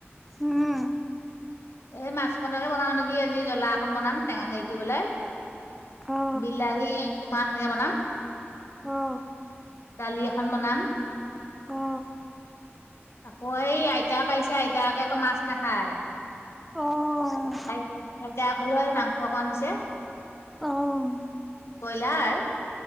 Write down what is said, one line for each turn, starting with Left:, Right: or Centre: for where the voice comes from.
Centre: উম
Left: এই মাছখনকে বনাও নেকি আজি, জ্বলা অকন বনাম, টেঙা হেৰি দি পেনাই।
Centre: অ
Left: বিলাহী মাছেৰে বনাম।
Centre: অ
Left: ডালি এখন বনাম।
Centre: অ
Left: আকৌ এই আইতাক আহিছে, আইতাক আকৌ মাছ নাখায়।
Centre: অ',
Left: আইতাক লৈ এই মাংস অকণ আনিছে।
Centre: অ',
Left: বইলাৰ?